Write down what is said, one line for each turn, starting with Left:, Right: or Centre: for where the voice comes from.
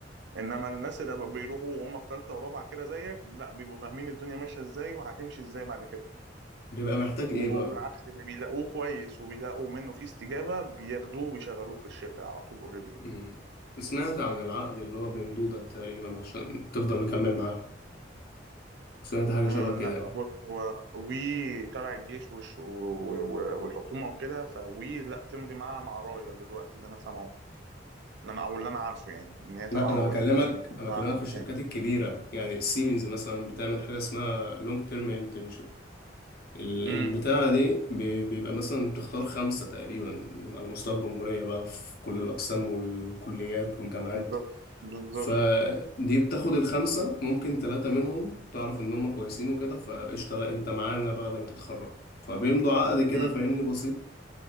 Right: انما الناس اللي بقى بيروحوا وهم في ثالثه ورابعه كده زيك لا بيبقوا فاهمين الدنيا ماشيه ازاي وهتمشي ازاي بعد كده
Left: بيبقى محتاج
Right: وبالعكس
Left: إيه بقى؟
Right: اللي بيلاقوه كويس وبيلاقوا منه فيه استجابه بياخدوه وبيشغلوه في الشركه على طول اوريدي
Left: مم. سمعت عن العقد اللي هو بمدودة تقريبا عشان تفضل مكمل معاهم سمعت حاجة
Right: آه،
Left: شبه
Right: لا
Left: كده يعني
Right: بص هو وي تبع الجيش والش- و- و- والحكومه وكده فوي لا تمضي معاها مع رايه دلوقتي اللي انا سامعه ان انا او اللي انا عارفه يعني ان هي تبع
Left: لا أنا
Right: رايه
Left: بكلمك أنا
Right: مع
Left: بكلمك
Right: حماية.
Left: في الشركات الكبيرة يعني سيمنز مثلا بتعمل حاجة اسمها لونج تيرم internship ال-
Right: امم
Left: البتاعة دي بي- بيبقى مثلا بتختار خمسة تقريبا من على مستوى الجمهورية بقى في كل الأقسام والكليات والجامعات
Right: بالظبط بالظبط
Left: فدي بتاخد الخمسة ممكن ثلاثة منهم تعرف إن هم كويسين وكده فقشطة لا أنت معانا بعد ما تتخرج فبيمضوا عقد كده
Right: امم
Left: فاهمني بسيط